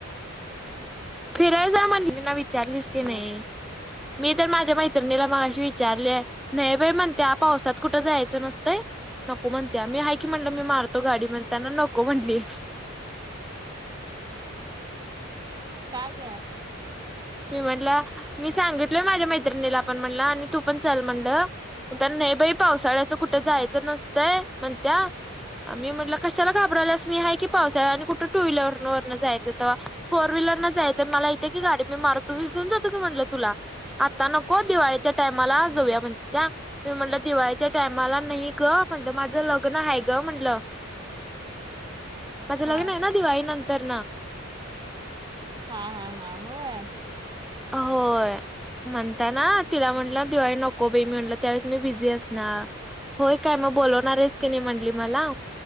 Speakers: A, in the centre; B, on the right.
A: फिरायला जा म्हण ना विचारलीस की
B: होय
A: नाही? मी तर माझ्या मैत्रिणीला मगाशी विचारले नाही बाई म्हणत पावसात. कुठं जायच नसतय. नको म्हणते मी आहे की, म्हणलं मी मारतो गाडी म्हण त्यांना नको म्हणली.
B: काग!
A: मी म्हटलं मी सांगितलय माझ्या मैत्रिणीला पण म्हणलं आणि तू पण चाल म्हणलं. तर नाही बाई! पावसाळ्याचं कुठे
B: हम्म
A: जायचं नसतंय म्हणत्या. मी म्हटलं कशाला घाबरायलास मी आहे की पावसा आणि कुठं टू व्हीलर वरन जायचं तेव्हा, फोर व्हीलररन जायचंय मला येते की गाडी. मी मारतो की घेऊन जातो की म्हटलं तुला आता नको दिवाळीच्या टामाला
B: हम्म
A: जाऊया म्हण त्या म म्हणलं दिवाळीच्या टायमाला नाही ग. म्हणलं माझं लग्न हाय ग! म्हटलं माझं
B: हा
A: लग्न आहे ना दिवाळी नंत तरन.
B: हा हा हा होय.
A: अ होय. म्हणता ना तिला म्हटलं दिवाळी नको बे मी म्हटलं त्यावेळेस मी बिझी असणार. होय काय मग बोलवणार आहेस की नाही म्हटली मला